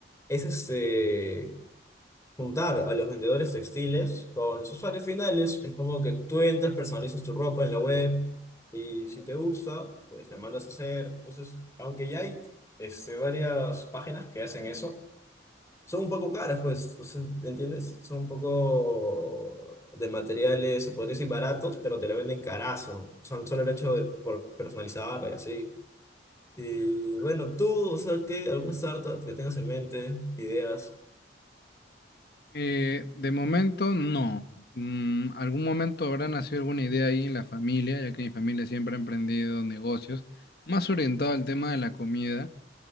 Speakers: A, on the left; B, on the left.
A: es este, juntar a los vendedores textiles con los usuarios finales. Es como que tú entras, personalizas tu ropa en la web y si te gusta, pues la mandas a hacer. Entonces, aunque ya hay este, varias páginas que hacen eso son un poco caras, pues, o sea, ¿entiendes? Son un poco de materiales, se podría decir baratos, pero te lo venden carazo. Son solo el hecho de por personalizar y así. Y bueno, tú, o sea, ¿qué? ¿Alguna startup que tengas en mente? ¿Ideas?
B: Eh, de momento, no. Mm, algún momento habrá nacido alguna idea ahí en la familia, ya que mi familia siempre ha emprendido negocios, más orientado al tema de la comida.